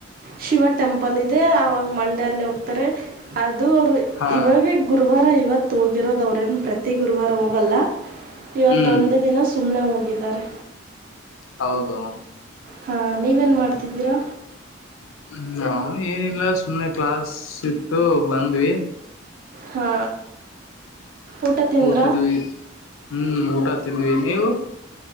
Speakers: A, on the right (about 45°); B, on the left (about 80°).
A: ಶಿವ ಟೆಂಪಲ್ ಇದೆ ಆಾಗ ಮಂಡ್ಯಲ್ಲಿ ಹೋಗ್ತಾರೆ ಅ ಅದು ಅವರು
B: ಹಾ
A: ಇವಾಗೇ ಗುರುವಾರ ಇವತ್ತು ಹೋಗಿರೋದು ಅವ್ರೇನು ಪ್ರತಿ ಗುರುವಾರ ಹೋಗಲ್ಲ ಇವತ್ತೊಂದೇ
B: ಹ್ಮ್
A: ದಿನ ಸುಮ್ಮ್ನೆ ಹೋಗಿದ್ದಾರೆ
B: ಹೌದು
A: ಹಾ ನೀವೇನ್ ಮಾಡ್ತಿದ್ದೀರಾ
B: ಹ್ಮ ನ ಏನಿಲ್ಲ ಸುಮ್ನೆ ಕ್ಲಾಸ್ ಇತ್ತು ಬಂದ್ವಿ
A: ಹಾ ಊಟ ತಿಂದ್ರ
B: ಕೂತಿದ್ವಿ ಹ್ಮ್ ಊಟ ತಿಂದ್ವಿ ನೀವು